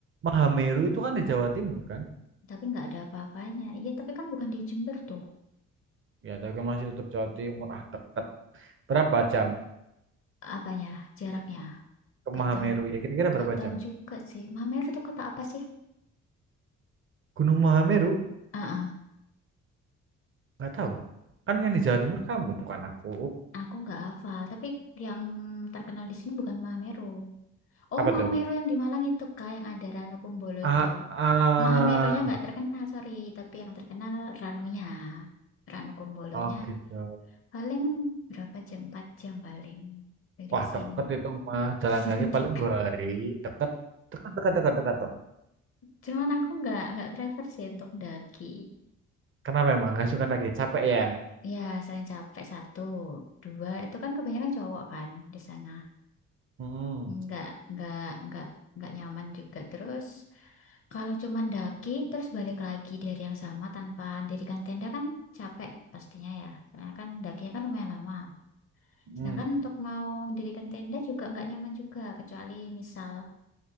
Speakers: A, on the right; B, on the left.
A: Mahameru itu kan di Jawa Timur kan?
B: Tapi nggak ada apa-apanya. Iya, tapi kan bukan di Jember tuh.
A: Ya, tapi kan masih tetap Jawa Timur. Ah, deket. Berapa jam
B: Apanya, jaraknya.
A: ke
B: Gak
A: Mahameru?
B: tahu,
A: Ya kira-kira berapa
B: gak tahu
A: jam?
B: juga sih. Mameru itu kota apa sih?
A: Gunung Mahameru
B: Ah, ah.
A: nggak tahu. Kan yang di Jawa Timur kamu bukan aku.
B: Aku nggak hafal, tapi yang terkenal di sini bukan Mameru. Oh,
A: Apa
B: Mahameru
A: tuh?
B: yang di Malang itu kak, yang ada Ranu Kumbolo
A: Ah,
B: itu.
A: ah,
B: Mahamerunya nggak terkenal, sorry, tapi yang terkenal Ranunya. Ranu Kumbolonya
A: oh gitu.
B: paling berapa jam? empat jam paling dari
A: Wah
B: sini.
A: deket itu mah jalan
B: <laughs>
A: kaki
B: Deket.
A: paling dua hari. Deket, deket, deket, deket, deket. deket.
B: Cuman aku nggak nggak prefer sih untuk daki.
A: Kenapa emang nggak suka lagi? Capek ya?
B: Ya, saya capek satu, dua itu kan kebanyakan cowok kan di sana.
A: Hmm,
B: nggak nggak nggak nggak nyaman juga terus kalau cuman daki terus balik lagi dari yang sama tanpa dirikan tenda kan capek pastinya ya karena kan dakinya kan lumayan lama
A: hmm.
B: sedangkan untuk mau mendirikan tenda juga nggak nyaman juga kecuali misal